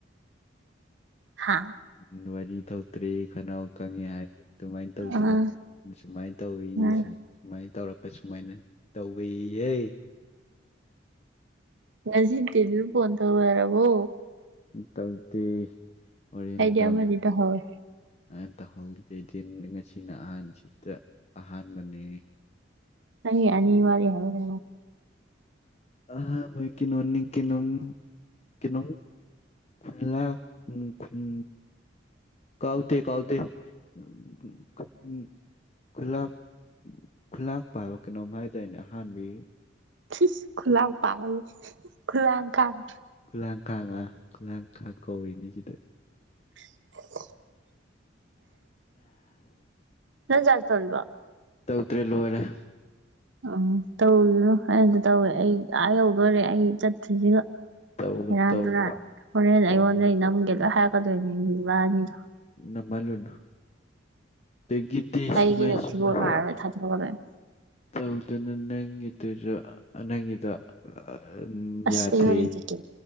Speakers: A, on the right (about 75°); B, on the left (about 35°).
A: ꯍꯥꯥ
B: ꯎꯝ, ꯋꯥꯔꯤ ꯊ‌ꯣꯛꯇ꯭ꯔꯦ ꯈꯟꯅꯥꯎ ꯀꯪꯉꯤ ꯍꯥꯏ ꯑꯗꯨꯃꯥꯏꯅ ꯇꯧꯗꯅ
A: ꯑꯥ
B: ꯁꯨꯃꯥꯏꯅ ꯇꯧꯋꯤ
A: ꯑꯥ
B: ꯁꯨꯃꯥꯏꯅ ꯇꯧꯔꯛꯄ ꯁꯨꯃꯥꯏꯅ ꯇꯧꯋ‌ꯦ ꯌ‌ꯦ
A: ꯉꯁꯤꯇꯗꯤ ꯑꯗꯨꯝ ꯐ‌ꯣꯟ ꯇꯑꯣꯏꯔꯔꯕꯣ
B: ꯇꯧꯗ‌ꯦ ꯍ‌ꯣꯔ‌ꯦꯟ
A: ꯑꯩꯗꯤ
B: ꯇꯧ
A: ꯑꯃꯗꯤ ꯇꯧꯍꯧꯋꯦ
B: ꯍꯥ ꯇꯧꯍꯩꯗꯦꯗꯤ ꯉꯁꯤꯅ ꯑꯍꯥꯟꯕꯁꯤꯗ ꯑꯍꯥꯟꯕꯅꯦ
A: ꯅꯪꯒꯤ ꯑꯅꯤꯋꯥꯔꯤ ꯍꯥꯏꯎꯒ
B: ꯑꯝ ꯀꯩꯅꯣꯅꯤ ꯀꯩꯅ‌ꯣꯝ ꯀꯩꯅꯣꯝ ꯈꯨꯅꯥ ꯎ ꯈꯨꯟ ꯀꯥꯎꯇ ꯀꯥꯎꯥꯎꯇ ꯎꯝ ꯎꯝ ꯈꯨꯂꯥꯛ ꯈꯨꯂꯥꯛ ꯄꯥꯏꯕ ꯀꯩꯅꯣꯝ ꯍꯥꯏꯗꯥꯏꯅꯦ ꯑꯍꯥꯟꯕꯩ
A: ꯁꯤꯁ ꯈꯨꯂꯛꯄ ꯍꯥꯏꯔꯤ ꯈꯨꯂꯥꯡꯀꯥꯡ
B: ꯈꯨꯂꯥꯡꯀꯥꯡ ꯈꯨꯂꯥꯡꯀꯥꯡ ꯀꯧꯔꯤꯅꯤ ꯁꯤꯗ
A: <unintelligible> ꯅꯪ ꯆꯥꯔꯁ ꯇꯧꯔꯤꯕ‌ꯣ
B: ꯇꯧꯗ꯭ꯔꯦ ꯂꯣꯏꯔꯦ
A: ꯑꯣ ꯇꯧꯔꯤꯅꯨ ꯑꯩ ꯑꯃꯇ ꯇꯧꯒ‌ꯦ ꯑꯩ ꯑꯥ ꯌꯧꯗꯣꯔꯦ ꯑꯩ ꯆꯠꯇ꯭ꯔꯤꯉꯩꯗ
B: ꯇꯧꯔꯣ
A: ꯁ‌ꯦꯔꯥꯟꯗꯨꯨꯔꯥꯟ
B: ꯇꯧꯔꯣ
A: ꯍꯣꯔꯦꯟ
B: ꯇꯧꯔꯣ
A: ꯑꯩꯉꯣꯟꯗꯩ ꯅꯝꯒꯦ ꯂ‌ꯣꯏ ꯍꯥꯏꯔꯛꯀꯗꯣꯏꯅꯦꯡꯕꯤ ꯂꯥꯛꯑꯅꯤꯗꯣ
B: ꯅꯝꯃꯟꯂꯨꯅꯨ ꯒꯤꯠꯇ‌ꯦ
A: ꯑꯩꯒꯤꯅ
B: ꯁꯨꯃꯥꯏ ꯁꯨꯃꯥꯏ
A: ꯊꯤꯕꯣꯡ ꯃꯥꯔꯔꯣꯏ ꯊꯥꯗꯣꯔꯛꯀꯗꯣꯏꯅꯦ
B: ꯇꯧꯗꯨꯅ ꯅꯪꯒꯤꯗꯨꯁꯨ ꯅꯪꯒꯤꯗ ꯎꯝ
A: ꯑꯁ
B: ꯌꯥꯗ꯭ꯔ‌ꯦ
A: ꯑꯩ ꯍꯣꯔꯦꯟ ꯇꯤꯀꯦꯠ